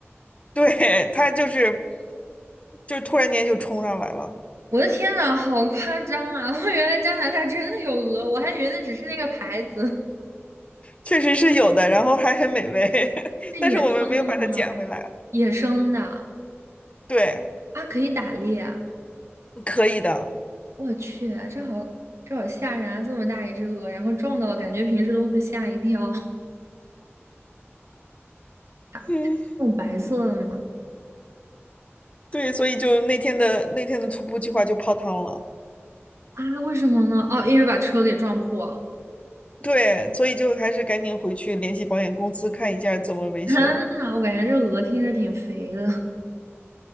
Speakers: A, on the left (about 25°); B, on the right (about 80°).
A: 对，它就是就突然间就冲上来了，
B: 我的天呐，好夸张啊！<laughs> 我原来加拿大真的有鹅，我还以为那只是那个牌子，
A: 确实是有的，然后还很美味，<laughs>
B: 是野生。
A: 但是我们没有把它捡回来，
B: 野生的
A: 对，
B: 啊，可以打猎。
A: 可以的。
B: 我去，这好这好吓人啊！这么大一只鹅，然后撞到了，感觉平时都会被吓一跳。<laughs> 它它是那种白色的吗？
A: 嗯。对，所以就那天的那天的徒步计划就泡汤了。
B: 啊，为什么呢？哦，因为把车给撞破了。
A: 对，所以就还是赶紧回去联系保险公司看一下怎么维修，
B: <laughs> 天呐，我感觉这鹅听着挺肥的，